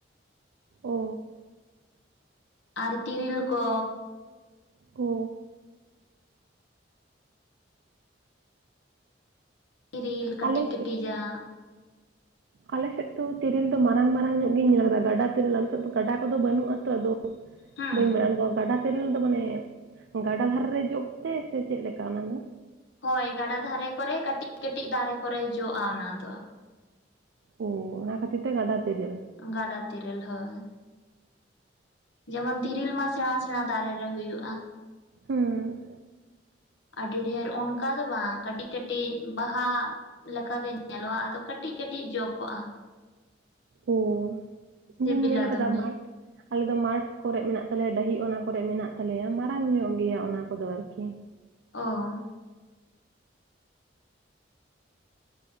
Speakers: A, on the right; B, on the left.
A: ᱚ
B: ᱟᱨ ᱛᱤᱨᱤᱞ ᱠᱚ
A: ᱠᱚ
B: ᱛᱤᱨᱤᱞ ᱠᱟᱹᱴᱤᱡᱽ
A: ᱟᱞᱮ
B: ᱠᱟᱹᱴᱤᱡᱽᱼᱡᱟᱜ᱾
A: ᱥᱮᱫ ᱟᱞᱮ ᱥᱮᱫ ᱫᱚ ᱛᱤᱨᱤᱞ ᱫᱚ ᱢᱟᱨᱟᱝ ᱢᱟᱨᱟᱝ ᱧᱚᱜ ᱜᱤᱧ ᱧᱮᱞ ᱟᱠᱟᱫᱟ᱾ ᱜᱟᱰᱟ ᱛᱤᱨᱤᱞ ᱟᱞᱮ ᱥᱮᱫ ᱫᱚ ᱜᱟᱰᱟ ᱠᱚᱫᱚ ᱵᱟᱹᱱᱩᱜ ᱟᱛᱚ ᱟᱫᱚ
B: ᱦᱩᱸ
A: ᱵᱟᱹᱧ ᱵᱟᱲᱟᱭᱼᱟ ᱚᱱᱟ ᱫᱚ ᱜᱟᱰᱟ ᱛᱮᱨᱤᱞ ᱫᱚ ᱢᱟᱱᱮ ᱜᱟᱰᱟ ᱫᱷᱟᱨᱮ ᱨᱮ ᱡᱚᱜ ᱛᱮ ᱥᱮ ᱪᱮᱫ ᱞᱮᱠᱟ ᱚᱱᱟ ᱫᱚ?
B: ᱦᱳᱭ ᱜᱟᱰᱟ ᱫᱷᱟᱨᱮ ᱠᱚᱨᱮ ᱠᱟᱹᱴᱤᱡᱽ ᱠᱟᱹᱴᱤᱡᱽ ᱫᱷᱟᱨᱮ ᱠᱚᱨᱮ ᱡᱚᱜᱼᱟ ᱚᱱᱟ ᱫᱚ ᱾
A: ᱚ ᱚᱱᱟ ᱠᱷᱟᱹᱛᱤᱨ ᱛᱮ ᱜᱟᱰᱟ ᱛᱤᱨᱤᱞ᱾
B: ᱜᱟᱰᱟ ᱛᱤᱨᱤᱞ ᱦᱳᱭ᱾ ᱡᱮᱢᱚᱱ ᱛᱤᱨᱤᱞ ᱢᱟ ᱥᱮᱬᱟ ᱥᱮᱬᱟ ᱫᱟᱨᱮ ᱨᱮ ᱦᱩᱭᱩᱜᱼᱟ᱾
A: ᱦᱩᱸ
B: ᱟᱹᱰᱤ ᱰᱷᱮᱨ ᱚᱱᱠᱟ ᱫᱚ ᱵᱟᱝ, ᱠᱟᱹᱴᱤᱡᱽ ᱠᱟᱹᱴᱤᱡᱽ ᱵᱟᱦᱟ ᱞᱮᱠᱟ ᱜᱮ ᱧᱮᱞᱚᱜᱼᱟ ᱾ ᱟᱫᱚ ᱠᱟᱹᱴᱤᱡ ᱠᱟᱹᱴᱤᱡ ᱡᱚ ᱠᱚᱜᱼᱟ᱾
A: ᱚ, ᱤᱧ
B: ᱥᱤᱵᱤᱞᱟ
A: ᱫᱩᱧ ᱧᱮᱞ ᱟᱠᱟᱫᱟ
B: ᱫᱚᱢᱮ
A: ᱢᱟᱴᱷ ᱟᱞᱮ ᱫᱚ ᱢᱟᱴᱷ ᱠᱚᱨᱮ ᱢᱮᱱᱟᱜ ᱛᱟᱞᱮᱭᱟ ᱰᱟᱹᱦᱤ ᱚᱱᱟ ᱠᱚᱨᱮ ᱢᱮᱱᱟᱜ ᱛᱟᱞᱮᱭᱟ᱾ ᱢᱟᱨᱟᱝ ᱧᱚᱜ ᱜᱮᱭᱟ ᱚᱱᱟ ᱠᱚᱫᱚ ᱟᱨ ᱠᱤ᱾
B: ᱚ